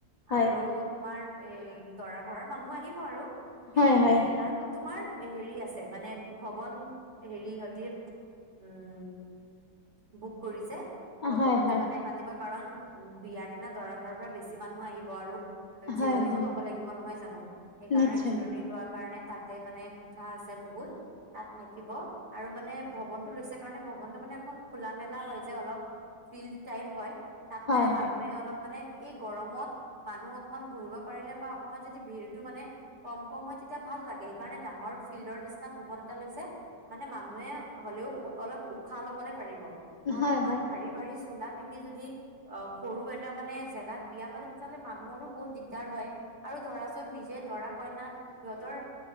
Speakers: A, on the left; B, on the right.
A: হয়
B: আৰু তোমাৰ। এ দৰা ঘৰৰ মানুহ আহিব আৰু কিন্তু
A: হয় হয়
B: বিয়াতো তোমাৰ। হেৰি আছে মানে ভৱন হেৰি সতি উম বুক কৰিছে
A: হয়
B: ভৱনতে
A: হয়
B: মানে পাতিব। কাৰণ উ বিয়াৰ দিনা দৰা ঘৰৰ পৰা বেছি মানুহ আহিব আৰু জিৰণিও
A: হয় হয়
B: লব লাগিব নহয় জানো সেইকাৰণে
A: নিশ্চয়
B: জিৰণি লোৱাৰ কাৰণে তাতে মানে কোঠা আছে বহুত তাত থাকিব আৰু মানে ভৱনটো লৈছে কাৰণে ভৱনটো মানে সেইখন খোলা মেলা হয় যে অলপ ফিল্ড টাইপ হয় তাত
A: হয়
B: মানে মানুহে
A: হয়
B: অলপ মানে এই গৰমত মানুহ অকমান বহিব পাৰিলে বা অকণমান যদি ভিৰতটো মানে কম কম হয় তেতিয়া ভাল। লাগে সেইকাৰণে ডাঙৰ ফিল্ডৰ নিচিনা ভৱন এটা লৈছে মানে মানুহে হ'লেও অলপ উশাহ ল'বলে পাৰিব নহলে
A: হয়
B: ইমান
A: হয়
B: ভাৰী ভাৰী চোলা পিন্ধি যদি অ সৰু এটা মানে জেগাত বিয়া পাতি তেতিয়াহ'লে মানুহৰো বহুত দিগদাৰ হয়। আৰু ধৰাচোন নিজে দৰা কইনা সিহঁতৰ